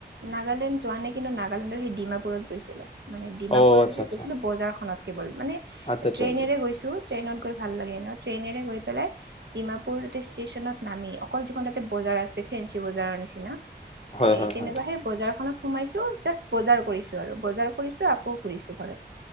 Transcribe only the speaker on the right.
নাগালেণ্ড যোৱা নাই কিন্তু নাগালেণ্ডৰ সেই ডিমাপুৰত গৈছিলো মানে ডিমাপুৰলৈকে
গৈছিলো বজাৰখনত কেৱল মানে
ট্ৰেইনেৰে গৈছো ট্ৰেইনত গৈ ভাল লাগে ট্ৰেইনেৰে গৈ পেলাই ডিমাপুৰ এটা ষ্টেচনত নামি অকল যিখন তাতে বজাৰ আছে ফেঞ্চি বজাৰৰ নিচিনা
এ
তেনেকুৱা
সেই বজাৰ খনত সোমাইছো জাষ্ট বজাৰ কৰিছো আৰু বজাৰ কৰিছো আকৌ ঘুৰিছো ঘৰত